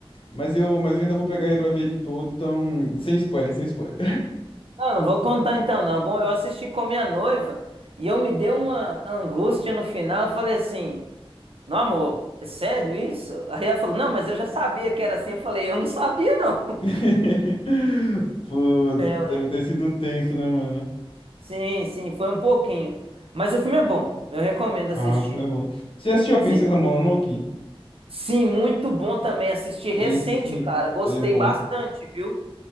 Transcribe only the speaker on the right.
Não, não vou contar então, não. Bom, eu assisti com minha noiva e eu me dei uma angústia no final. Eu falei assim: Não, amor, é sério isso? Aí ela falou: Não, mas eu já sabia que era assim. Eu falei: Eu não sabia, não.
É, ué.
Sim, sim, foi um pouquinho. Mas o filme é bom. Eu recomendo
assistir.
Sim.
Sim, muito bom também. Assisti
recente, cara. Gostei
bastante, viu?